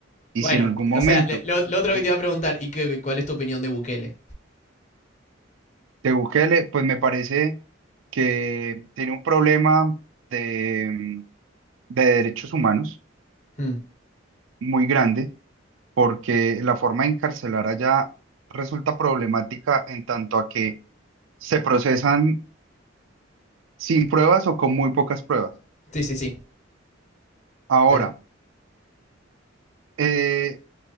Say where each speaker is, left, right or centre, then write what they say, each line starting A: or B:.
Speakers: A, on the right; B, on the left.
A: Y
B: Bueno,
A: si en algún momento
B: o sea, le- lo, lo otro
A: eh,
B: que te iba a preguntar, ¿y qué- cuál es tu opinión de Bukele?
A: de Bukele, pues me parece que tiene un problema de, de derechos humanos
B: Hmm,
A: muy grande, porque la forma de encarcelar allá resulta problemática en tanto a que se procesan sin pruebas o con muy pocas pruebas.
B: Sí, sí, sí.
A: Ahora,
B: Te-
A: eh,